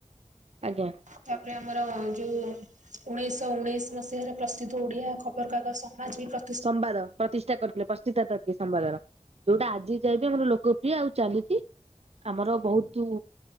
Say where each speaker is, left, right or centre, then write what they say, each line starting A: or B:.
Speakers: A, on the right (about 60°); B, on the right (about 90°).
A: ଆଜ୍ଞା
B: ତାପରେ ଆମର ଯୋଉ ଉଣେଇଶହ ଉଣେଇଶ ମସିହାରେ ପ୍ରସିଦ୍ଧ ଓଡିଆ ଖବରକାଗଜ ସମାଜ ବି ପ୍ର
A: ସମ୍ବାଦ ପ୍ରତିଷ୍ଠା କରିଥିଲେ ପ୍ରତିଷ୍ଠାତା ଥିଲେ ସମ୍ବାଦର ଯୋଉଟା ଆଜି ଯା ବି ଆମର ଲୋକପ୍ରିୟ ଆଉ ଚାଲୁଚି ଆମର ବହୁତ